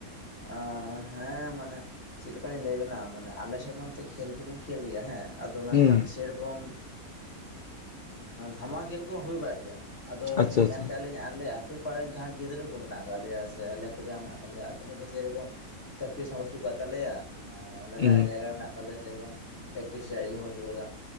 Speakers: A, on the left (about 45°); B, on the left (about 70°).
A: ᱟᱸ ᱦᱮᱸ ᱢᱟᱱᱮ ᱪᱮᱫ ᱞᱮᱠᱟᱞᱤᱧ ᱞᱟᱹᱭᱵᱮᱱᱟ ᱢᱟᱱᱮ ᱟᱞᱮᱮᱥᱮᱫ ᱱᱚᱱᱛᱮ ᱠᱷᱮᱞ ᱫᱚᱠᱚ ᱠᱷᱮᱞ ᱜᱮᱭᱟ ᱦᱮᱸ ᱟᱫᱚ ᱢᱮᱱᱠᱷᱟᱱ
B: ᱦᱩᱸ
A: ᱥᱮᱨᱚᱠᱚᱢ ᱫᱷᱟᱢᱟ ᱠᱷᱮᱞ ᱠᱚᱦᱚᱸ ᱦᱩᱭ ᱵᱟᱲᱟᱜ ᱜᱮᱭᱟ ᱟᱫᱚ
B: ᱟᱪᱪᱷᱟ ᱟᱪᱪᱷᱟ
A: ᱢᱮᱱ ᱠᱮᱣᱟ ᱞᱤᱧ ᱟᱞᱮ ᱟ ᱟᱛᱳ ᱯᱟᱲᱟ ᱨᱮᱱ ᱡᱟᱦᱟᱸᱭ ᱜᱤᱫᱽᱨᱟᱹ ᱠᱚ ᱢᱮᱱᱟᱜ ᱟᱠᱟᱫ ᱞᱮᱭᱟ ᱥᱮ ᱟᱞᱮ ᱠᱚ ᱡᱟᱦᱟᱸ ᱢᱮᱱᱟᱜ ᱟᱠᱟᱫ ᱞᱮᱭᱟ ᱟᱞᱮ ᱠᱚᱫᱚ- ᱥᱮᱨᱚᱠᱚᱢ ᱯᱮᱠᱴᱤᱥ ᱦᱚᱸ ᱵᱟᱪᱩᱜ ᱟᱠᱟᱫ ᱛᱟᱞᱮᱭᱟ ᱟᱨ ᱟᱞᱮ
B: ᱦᱩᱸ
A: ᱡᱟᱦᱟᱸ ᱡᱟᱭᱜᱟ ᱨᱮ ᱢᱮᱱᱟᱜ ᱛᱟᱦᱞᱮ ᱥᱮ ᱨᱚᱠᱚᱡ ᱯᱮᱠᱴᱤᱥ ᱨᱮᱭᱟᱜ ᱮᱡ ᱦᱚᱸ ᱵᱟᱪᱩᱜ ᱟᱠᱟᱫᱟ